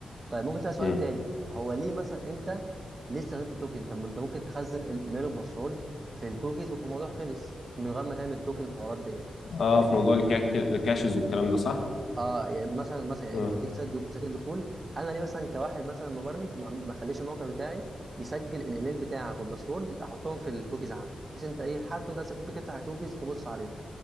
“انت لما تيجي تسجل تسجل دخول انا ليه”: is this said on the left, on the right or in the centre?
Right